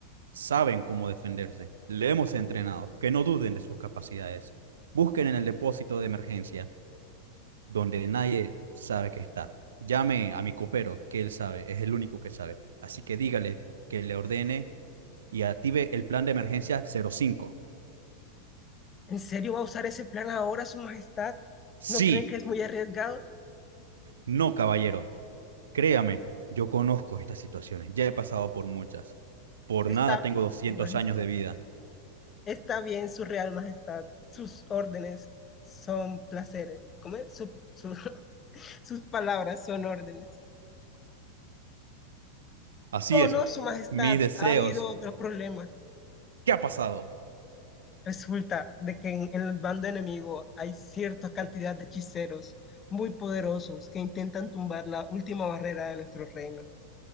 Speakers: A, on the right; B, on the left.
A: saben cómo defenderse. Le hemos entrenado. Que no duden de sus capacidades. Busquen en el depósito de emergencia donde nadie sabe que está. Llame a mi copero, que él sabe, es el único que sabe. Así que dígale que le ordene y active el plan de emergencia cero cinco.
B: ¿En serio va a usar ese plan ahora, Su Majestad?
A: Sí,
B: ¿No cree que es muy arriesgado?
A: no, caballero. Créame, yo conozco estas situaciones. Ya he pasado por muchas. Por
B: Está
A: nada tengo
B: bien,
A: 200
B: Su Majestad.
A: años de vida.
B: Está bien, Su Real Majestad. Sus órdenes son placeres. ¿Cómo es? Su- su- <laughs> sus palabras son órdenes.
A: Así
B: Oh,
A: es.
B: no, Su Majestad.
A: Mis deseos.
B: Ha habido otros problemas.
A: ¿Qué ha pasado?
B: Resulta de que en, en el bando enemigo hay cierta cantidad de hechiceros muy poderosos que intentan tumbar la última barrera de nuestro reino.